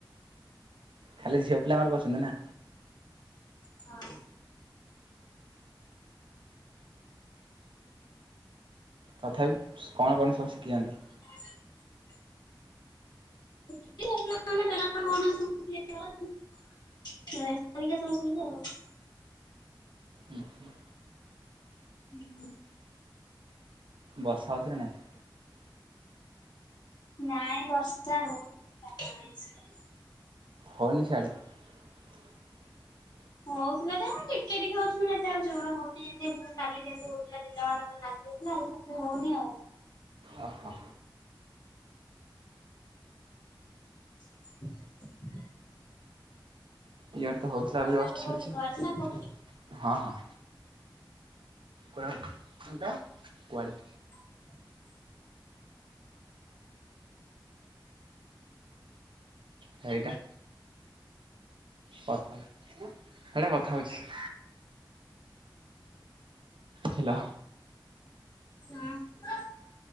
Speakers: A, on the right; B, on the left.
A: ଖାଲି ଝିଅ ପିଲାଙ୍କର କରିଚନ୍ତି ନା?
B: ହଁ
A: ତଥାପି କଣ କଣ ସବୁ ଶିଖିଚନ୍ତି?
B: <unintelligible> <unintelligible> <unintelligible>
A: ଉଁ ହୁଁ।
B: ହୁଁ।
A: ବର୍ଷା ହଉଚିନା ନାହିଁ?
B: ନାଇଁ ବର୍ଷା ହଉନି <unintelligible>
A: ହଉନି ସିଆଡେ? <unintelligible>
B: ହଉଥିଲା ଯେ ମୁଁ ଟିକେ ଟିକେ ହଉଚି ମାନେ ଏତେ ଆଉ ଜୋରେ ହଉନି, ଏମତି କାଲି ଯେମିତି ହଉଥିଲା ଦିନମାନ ପୁରା ଲାଗି ଲାଗି ରହିଥିଲା, ଆଜି ସେମିତି ହଉନି ଆଉ।
A: ଅ ହ
B: <unintelligible>
A: ଇଆଡ଼େ ତ ହଉଥିଲା
B: ତମେ
A: ଏବେ ଜଷ୍ଟ୍ ଛାଡ଼ିଚି,
B: କୋଉଠି ଘରେ ନା କୋଉଠି?
A: ହଁ ହଁ। କୁଆଡ଼େ ଗଲା? କୁଆଡେ?
B: <unintelligible>
A: ହେଇଟା କଥା, ହେଟା କଥା ହଉଚି। ହେଲା।
B: <unintelligible>